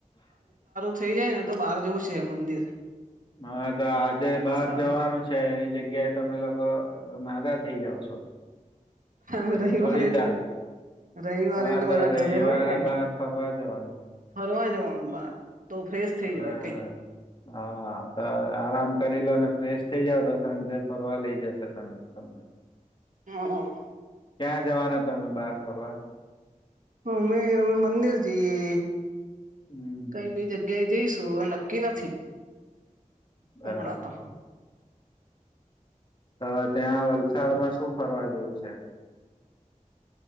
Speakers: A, on the right; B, on the left.
A: થઈ જાય ને તો બહાર જવું છે, એ મંદિર
B: હા, તો આજે બહાર
A: સારું
B: જવાનું છે, એની જગ્યા ત્યારે તમે લોકો માંદા થઈ જાવ છો
A: રવિવાર
B: એવું થોડી
A: એટલે
B: ચાલે
A: રવિવારે
B: હા
A: એટલે
B: તો
A: બધા
B: રવિવારે
A: ઘરે હોય ને,
B: બહાર ફરવા જવાનું
A: ફરવા જવાનું બાર. તો ફ્રેશ થઈ
B: બરાબર.
A: જવાય કઈ
B: હા, તો આરામ કરી લોને ફ્રેશ થઇ જાવ, તો સાંજે ફરવા લઇ જશે તમે તમને.
A: હા, હા.
B: ક્યાં જવાના તમે બહાર ફરવા?
A: અમે અમે મંદિર જઈએ,
B: હમ
A: કઈ બી જગ્યા જઈશ શું, તો નક્કી નથી
B: બરાબર
A: હમણાં તો
B: તો ત્યાં વલસાડમાં શું ફરવા જેવું છે?